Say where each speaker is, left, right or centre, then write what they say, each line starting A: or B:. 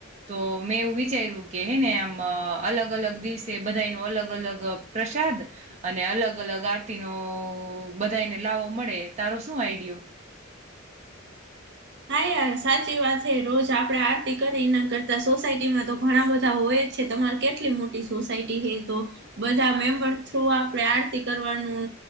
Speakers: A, on the right; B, on the right.
A: તો મેં એવું વિચાર્યું કે હેને આમ અલગ અલગ દિવસે બધાંએ નો અલગ-અલગ પ્રસાદ અને અલગ-અલગ આરતી નો બધાને લાવો મળે તારો શું આઈડિયો?
B: હા યાર સાચી વાત છે રોજ આપડે આરતી કરી એના કરતા સોસાયટીમાં તો ઘણા બધા હોય છે. તમારે કેટલી મોટી સોસાયટી હે તો બધા મેમ્બર થ્રુ આપણે આરતી કરવાનું